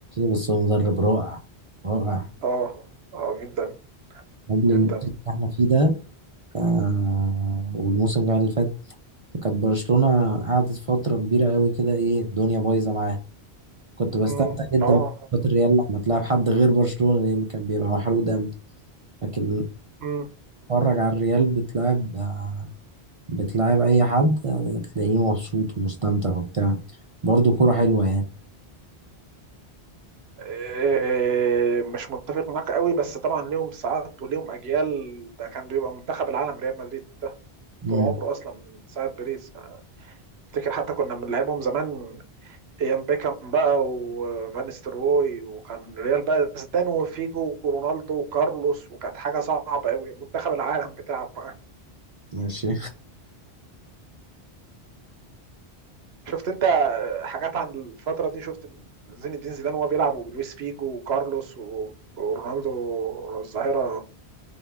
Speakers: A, on the right (about 45°); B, on the right (about 70°).
A: بس هو مدرب رائع رائع
B: اه اه جدا
A: قبل
B: جدا
A: الموسم اللي احنا فيه ده آه والموسم اللي فات كانت برشلونة قعدت فترة كبيرة قوي كده ايه الدنيا بايظة معاها كنت بستمتع
B: امم
A: جدا
B: اه
A: بماتشات الريال لما تلعب حد غير برشلونة لأن كان بيبقى محروق دم لكن
B: امم
A: اتفرج على الريال بتلعب آه، بتلعب أي حد آه، تلاقيه مبسوط ومستمتع وبتاع برضه كورة حلوة يعني
B: إيه، مش متفق معاك قوي بس طبعا ليهم ساعات وليهم اجيال ده كان بيبقى منتخب العالم ريال مدريد ده
A: مم.
B: طول عمره اصلا من ساعه بيريز أنا افتكر حتى كنا بنلعبهم زمان ايام بيكام بقى وفان ستروي وكان ريال بقى زيدان وفيجو ورونالدو وكارلوس وكانت حاجه صعبه قوي منتخب العالم بتلعب
A: ماشي
B: شفت انت حاجات عن الفترة دي شفت زين الدين زيدان وهو بيلعب ولويس فيجو وكارلوس و- ورونالدو الظاهرة